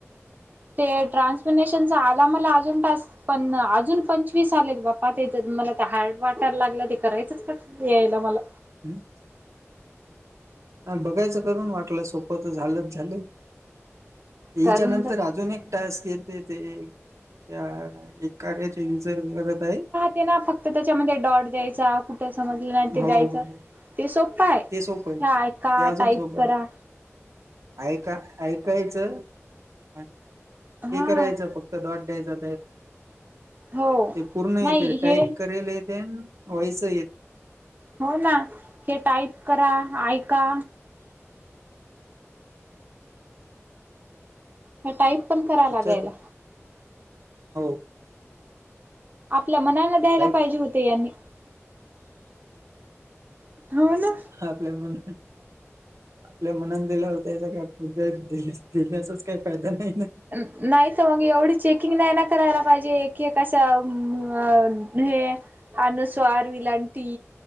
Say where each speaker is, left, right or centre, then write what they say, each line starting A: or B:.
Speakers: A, on the right (about 35°); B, on the right (about 80°).
A: ते ट्रान्समिनेशनचा आला मला अजून. पण अजून पंचवीस आलेत बापा ते तर मला. त्या हार्ड वाटायला लागलं ते करायचंच का यायला मला.
B: हं <inaudible> बघायचं करून वाटलं सोपं तर झालंच झालं याच्या
A: कारण
B: नंतर अजून एक टास्क येत ते त्या एक कार्याचे युजर करत आहे.
A: तेना फक्त त्याच्यामध्ये डॉट द्यायचा. कुठं समजलं नाही ते
B: हो
A: द्यायचं ते सोपं
B: ते सोपं आहे
A: ह ऐका
B: ते अजून
A: टाईप
B: सोपं
A: करा.
B: आहे ऐका ऐकायचं आणि
A: हा
B: हे करायचं फक्त. डॉट द्यायचा
A: हो
B: ते पूर्ण
A: नाही
B: येते टाईप
A: हे
B: करायला तेन. व्हॉईस येत.
A: हो ना हे टाईप करा, ऐका हे टाईप पण कराव लागेल.
B: याच्यात हो.
A: आपल्या मनान द्यायला
B: टाईप
A: पाहिजे होते यांनी. हो ना
B: आपल्या म्हनांन. आपल्या मनान दिला होता याचा फायदा देण्याचाच काही फायदा नाही ना.
A: नाहीत मग एवढी चेकिंग नाही ना करायला पाहिजे एक एक असं हम, अ हे अनुस्वार, विलांटी